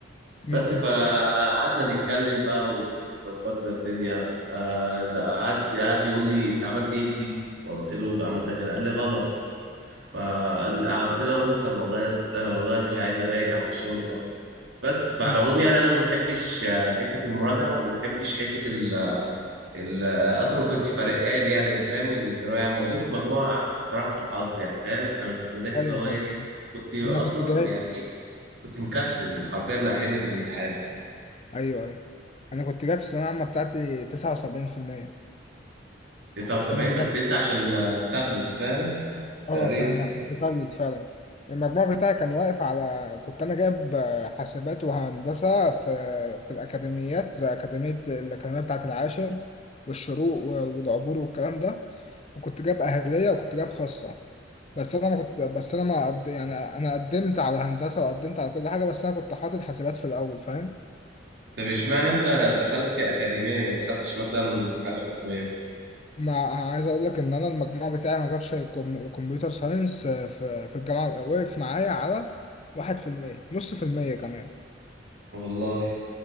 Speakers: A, on the left (about 35°); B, on the right (about 70°).
A: مم.
B: بس فقعدنا نتكلم بقى وظبطنا الدنيا آه، ده قعد قعد يقول لي انت عملت ايه في دي فقلت له عملتها كده قال لي غلط فقلت له يا مستر والله يا اسطى آه، والله مش عايز اراجع والشغل ده بس فعلى
A: مم.
B: العموم يعني انا ما بحبش آه، حته المراجعه وما بحبش حته ال ال اصلا ما كنتش فارقه لي يعني فاهم الثانويه عامه وجبت مجموعه بصراحه بالحظ يعني فاهم انا كنت بذاكر
A: أيوة
B: اللي هو ايه
A: فاهم فاهم.
B: كنت اصلا
A: أنا كنت جايب
B: يعني ايه كنت مكسل حرفيا احل في الامتحان
A: أيوة أيوة أنا كنت جايب في الثانوية العامة بتاعتي تسعة وسبعين في المية
B: 79
A: كنت أنا
B: بس انت عشان تابلت فاهم
A: اه
B: تقريبا
A: فاهمك متردد فعلا المجموع بتاعي كان واقف على كنت انا جايب آه، حاسبات وهندسه في في الاكاديميات زي اكاديميه الاكاديميه بتاعه العاشر والشروق و- ودعبور والكلام ده وكنت جايب اهليه وكنت جايب خاصه بس انا ما كنت بس انا ما قد... يعني انا قدمت على هندسه وقدمت على كل حاجه بس انا كنت حاطط حاسبات في الاول فاهم
B: طب اشمعنى انت دخلت اكاديميه ما دخلتش مثلا حاجه حكوميه
A: ما عايز اقول لك ان انا المجموع بتاعي ما جابش كم- كمبيوتر ساينس آه، في في الجامعه وقف معايا على واحد في المية نص في المية كمان
B: والله